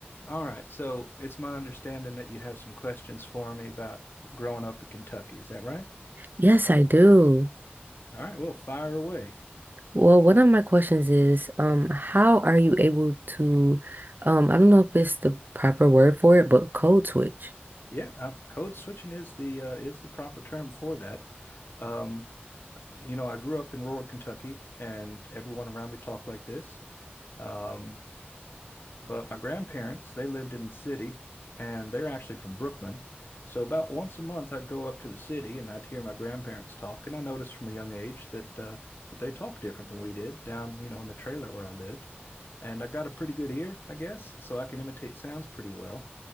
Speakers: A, on the left; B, on the right.
A: All right. So it's my understanding that you have some questions for me about growing up in Kentucky. Is that right?
B: Yes, I do.
A: All right. Well, fire away.
B: Well, one of my questions is, um, how are you able to, um, I don't know if it's the proper word for it, but code switch.
A: Yeah, uh, code switching is the uh, is the proper term for that. Um, you know, I grew up in rural Kentucky, and everyone around me talked like this. Um, But my grandparents, they lived in the city and they're actually from Brooklyn. So about once a month, I'd go up to the city and I'd hear my grandparents talk. And I noticed from a young age that uh, that they talked different than we did down, you know, in the trailer where I lived. And I got a pretty good ear, I guess, so I can imitate sounds pretty well.